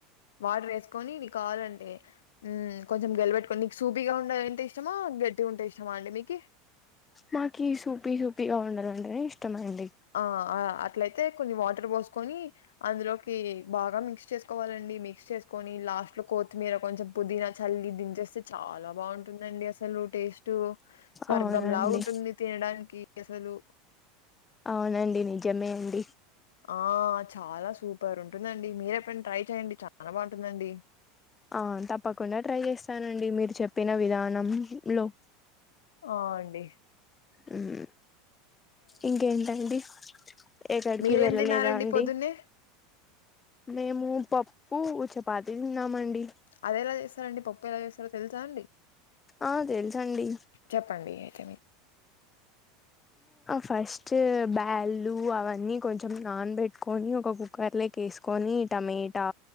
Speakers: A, on the left (about 85°); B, on the left (about 20°).
A: వాట్రేసుకొని నీ కావాలంటే మ్మ్ కొంచెం గెలుబెటుకో నీకు సూపీగా ఉండేదంటే ఇష్టమా గట్టిగుంటే ఇష్టమా అండి మీకి
B: నాకి సూపీ సూపీగా ఉండదంటేనే ఇష్టమండి
A: ఆ ఆ అట్లైతే కొన్ని వాటర్ పోసుకొని అందులోకి బాగా మిక్స్ చేసుకోవాలండి మిక్స్ చేసుకొని లాస్ట్ లో కొత్తిమీర కొంచెం పుదీనా చల్లి దించేస్తే చాలా బావుంటుందండి అసలు టేస్ట్ స్వర్గంలా
B: అవునండి
A: ఉంటుంది తినడానికి అసలు
B: అవునండి నిజమే అండి
A: ఆ చాలా సూపర్ ఉంటుందండి మీరేప్పుడనా ట్రై చెయండి చానా బాగుంటుందండి
B: ఆ తప్పకుండా ట్రై చేస్తానండి మీరు చెప్పిన విధానంలో
A: ఆ అండి
B: హుమ్ ఇంకేంటండి ఎక్కడికి
A: మీరేం
B: వెళ్ళలేదా
A: తిన్నారండి
B: అండి
A: పొద్దున్నే?
B: మేము పప్పు చపాతి తిన్నామండి
A: అదెలా చేసారండి పప్పు ఎలా చేసారో తెలుసాండి
B: ఆ తెల్సండీ
A: చెప్పండి అయితే
B: ఫస్ట్ బ్యాల్లు అవన్నీ కొంచెం నాన్బెట్టుకొని ఒక కుక్కర్ లే తీసుకొని టమేటా